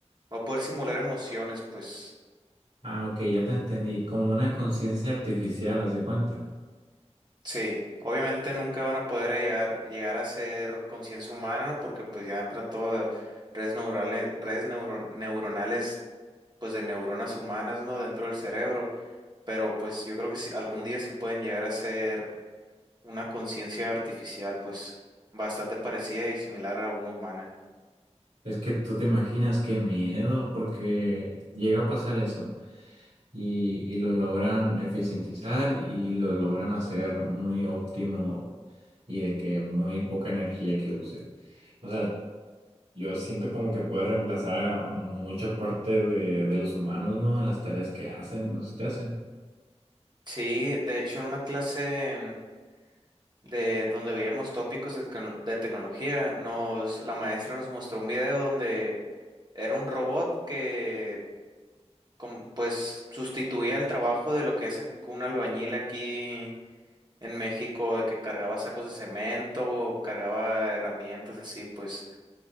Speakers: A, on the right; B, on the right.
A: va a poder simular emociones, pues.
B: Ah, ok, ya te entendí. Como una conciencia artificial, haz de cuenta.
A: Sí, obviamente nunca van a poder llegar, llegar a ser conciencia humana, ¿no? Porque pues ya entran todas redes neurales, redes neuro- neuronales, pues de neuronas humanas, ¿no? Dentro del cerebro. Pero pues yo creo que sí- algún día sí pueden llegar a ser una conciencia artificial, pues bastante parecida y similar a una humana.
B: Es que tú te imaginas qué miedo, porque llega a pasar eso y, y lo logran eficientizar y lo logran hacer muy óptimo y de que muy poca energía que use. O sea, yo siento como que puede reemplazar a mucha parte de, de los humanos, ¿no? En las tareas que hacen, no sé si te hacen.
A: Sí, de hecho en una clase de donde veíamos tópicos de, tecno- de tecnología, nos, la maestra nos mostró un video donde era un robot que com- pues sustituía el trabajo de lo que es ac- un albañil aquí en México, de que cargaba sacos de cemento, o cargaba herramientas así, pues.